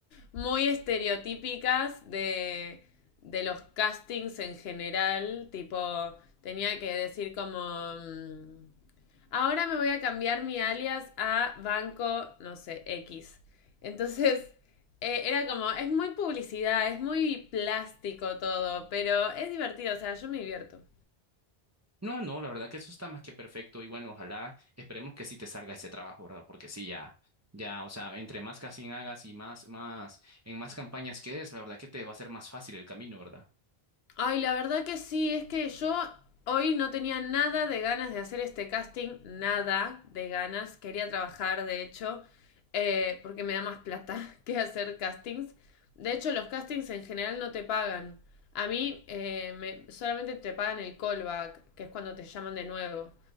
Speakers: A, on the left; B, on the right.
A: muy estereotípicas de, de los castings en general. Tipo, tenía que decir como... mm, Ahora me voy a cambiar mi alias a Banco, no sé, X. Entonces, <laughs> eh, era como, es muy publicidad, es muy plástico todo, pero es divertido, o sea, yo me divierto.
B: No, no, la verdad que eso está más que perfecto y bueno, ojalá esperemos que sí te salga ese trabajo, ¿verdad? Porque sí, ya, ya, o sea, entre más casting hagas y más, más, en más campañas quedes, la verdad que te va a ser más fácil el camino, ¿verdad?
A: Ay, la verdad que sí, es que yo hoy no tenía nada de ganas de hacer este casting, nada de ganas. Quería trabajar, de hecho, eh, porque me da más plata <laughs> que hacer castings. De hecho, los castings en general no te pagan. A mí eh, me- solamente te pagan el callback, que es cuando te llaman de nuevo.